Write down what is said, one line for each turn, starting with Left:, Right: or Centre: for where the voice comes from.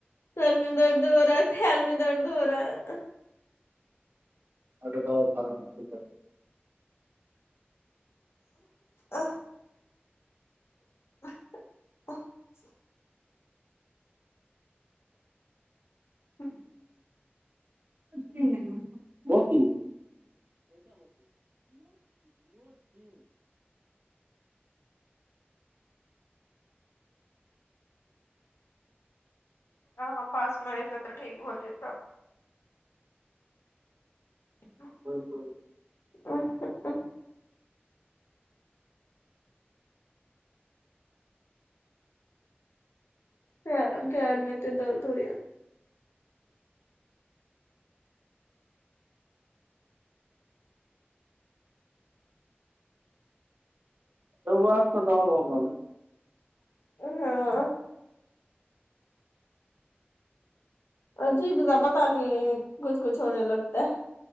Left: सर मे दर्द हो रहा है पैर मे दर्द हो रहा है <unintelligible>
Right: ओ त तऽ भलो ने <unintelligible> ठ कह छै
Left: अ <unintelligible> हू।
Right: बाल मै मती ने
Left: हा हा पास मे एतऽ तऽ ठीक भऽ जेतऽ ह।
Right: और कहूँ
Left: आ <unintelligible> पैर में एते दर्द होइए
Right: त आज क तब बल <unintelligible>
Left: हाँ अजीब बझा पता नहीं कुछ कुछ होने लगता है